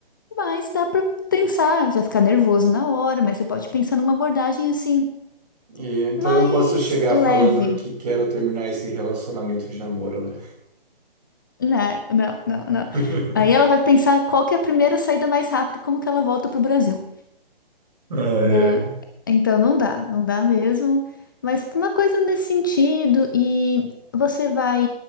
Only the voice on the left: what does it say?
mas dá para pensar, vai ficar nervoso na hora, mas você pode pensar numa abordagem assim,
mais
leve.
Não, não, não, não.
Aí ela vai pensar qual que é a primeira saída mais rápida e como que ela volta para o Brasil.
Dá-
Então não dá, não dá mesmo. Mas uma coisa nesse sentido, e você vai,